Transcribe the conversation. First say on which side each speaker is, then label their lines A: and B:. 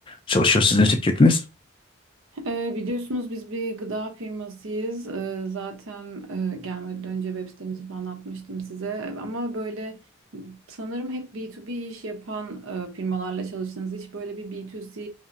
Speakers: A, on the left; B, on the right.
A: çalışıyor sizin şirketiniz?
B: Ee, biliyorsunuz biz bir gıda firmasıyız. Ee, zaten e, gelmeden önce web sitemizi falan atmıştım size. Ama böyle sanırım hep B2B iş yapan e, firmalarla çalıştınız. Hiç böyle bir B2C